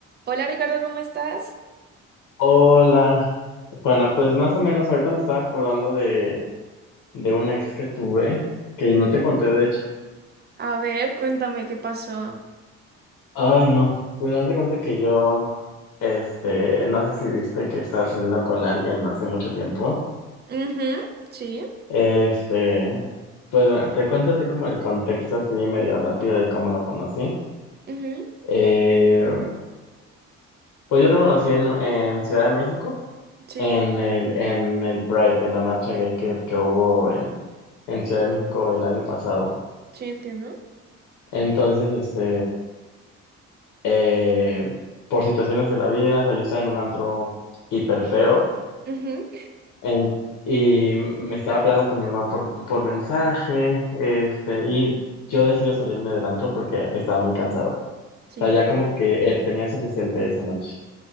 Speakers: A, on the right; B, on the left.
A: Hola Ricardo, ¿cómo estás?
B: Hola, Juana, pues más o menos ahorita me estaba acordando de, de un ex que tuve, que no te conté de hecho.
A: A ver, cuéntame qué pasó.
B: Ay, no, pues haz de cuenta que yo, este, no sé si viste que estaba saliendo con alguien hace mucho tiempo.
A: Ujú, sí,
B: Este, pues bueno, te cuento así como el contexto así medio rápido de cómo lo conocí.
A: ujú,
B: Eh, pues yo lo conocí en, en Ciudad de México.
A: sí,
B: en el, en el Pride, en la marcha gay que, que hubo en, en Ciudad de México el año pasado.
A: sí, entiendo.
B: Entonces, este, eh, por situaciones de la vida, o sea, yo estaba en un antro hiper feo
A: Ujú, <laughs>
B: en- y me estaba peleando con mi mamá por, por mensaje, este, y yo decidí salirme del antro porque estaba muy cansado. O
A: sí,
B: sea, ya como que eh, tenía suficiente esa noche.